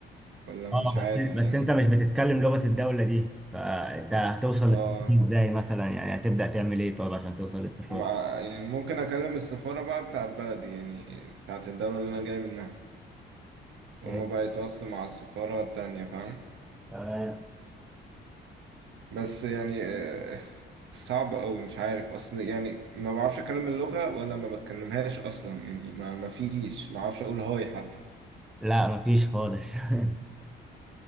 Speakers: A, on the right; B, in the centre.
A: ولا مش
B: اه
A: عارف
B: بس بس
A: يعني
B: انت مش بتتكلم لغة الدولة دي فانت هتوصل
A: اه
B: للسفارة ازاي مثلا يعني هتبدأ تعمل ايه طب عشان توصل للسفارة
A: مع يعني ممكن اكلم السفارة بقى بتاعت بلدي يعني بتاعت الدولة اللي انا جاي منها وهم
B: فاهم؟
A: بقى يتواصلوا مع السفارة التانية فاهم
B: تمام.
A: بس يعني آه، صعب قوي مش عارف اصل يعني ما بعرفش اكلم اللغة ولا ما بتكلمهاش اصلا يعني ما ما فيش ما اعرفش اقول هاي حتى
B: لا مفيش خالص <laughs>